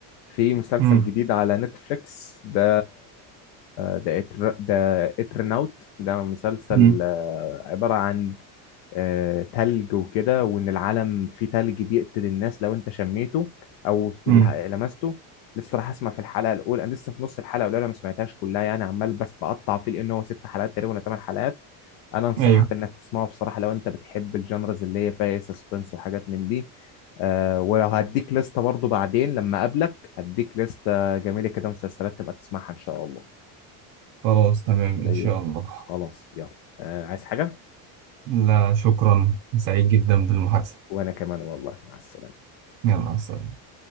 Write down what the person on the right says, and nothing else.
امم
امم
امم
ايوه
خلاص تمام إن
شاء
الله
لا شكرا سعيد جدا بالمحادثة
يلا مع السلامة